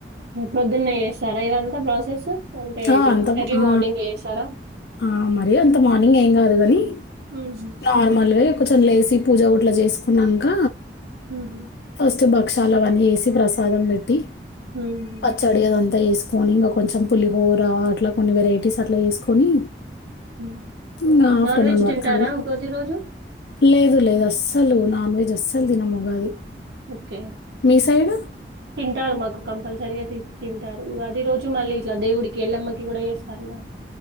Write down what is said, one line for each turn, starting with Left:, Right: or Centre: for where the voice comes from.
Right: పొద్దున్నే చేస్తారా ఇదంతా ప్రాసెస్ అంటే ఇలా
Left: ఆ! అంత
Right: ఎర్లీ
Left: ఆ!
Right: మార్నింగ్ చేస్తారా
Left: ఆ మరి అంత మార్నింగ్ ఏం కాదు కాని
Right: హుహు.
Left: నార్మల్గా కొంచం లేసి పూజ ఊట్లా చేసుకున్నాక
Right: హుహు.
Left: ఫస్ట్ భక్షాలవన్నీ వేసి ప్రసాదం పెట్టి
Right: హ్మ్.
Left: పచ్చడి అదంతా వేసుకు కొని ఇంకా కొంచెం పులిహోర అట్లా కొన్ని వెరైటీస్ అట్లా చేసుకొని
Right: హ్మ్.
Left: ఇ ఆఫ్టర్నూన్
Right: నాన్ వెజ్
Left: వరకు
Right: తింటారా
Left: కల్ల
Right: ఉగాది రోజు?
Left: లేదు లేదు అస్ అసలు నాన్ వెజ్ అస్సలు తినము ఉగాది
Right: ఓకే
Left: మీ సైడు?
Right: తింటారు కంపల్సరిగా తీ తింటారు ఉగాది రోజు మళ్ళీ ఇట్లా దేవుడికి ఎల్లమ్మకి కూడా చేస్తారు మా